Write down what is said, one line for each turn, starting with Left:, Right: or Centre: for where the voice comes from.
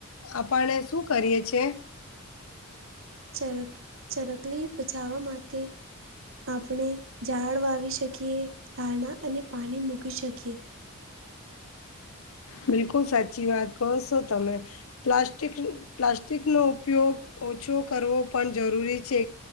Left: આપણે શું કરીએ છે.
Right: ચરક ચરકલી બચાવવા માટે આપણે ઝાડ વાવી શકીએ, ધારણા અને પાણી મૂકી શકીએ.
Left: બિલકુલ સાચી વાત કો છો તમે. પ્લાસ્ટિક પ્લાસ્ટિકનો ઉપયોગ ઓછો કરવો પણ જરૂરી છે.